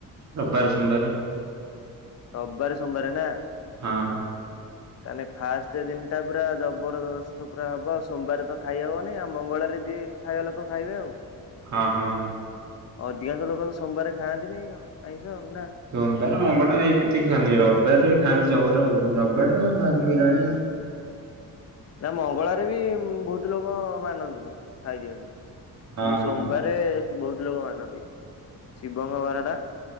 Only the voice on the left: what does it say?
ରବିବାରେ ସୋମବାରେ ନା!
ତାହେନେ ଫାଷ୍ଟ ଦିନ ଟା ପୁରା ଜବରଦସ୍ତ ପୁରା ହବ ଆଉ ସୋମବାରେ ତ ଖାଇ ହବ ନେଇ ଆଉ ମଙ୍ଗଳରେ ଯିଏ ଖାଇବା ଲୋକ ଖାଇବେ ଆଉ।
ଅଧିକାଂଶ ଲୋକ ଆଉ ସୋମବାର ଖାଆନ୍ତିନି ଆଉ ଆଇଁଷ ଆଉ ନା!
ହୁଁ
ନା ମଙ୍ଗଳାରେ ବି ବହୁତ ଲୋକ ମାନନ୍ତିନି ଖାଇଦିଅନି କିନ୍ତୁ
ସୋମବାର ରେ ବହୁତ ଲୋକ ମାନନ୍ତି ଶିବଙ୍କ ବାର ଟା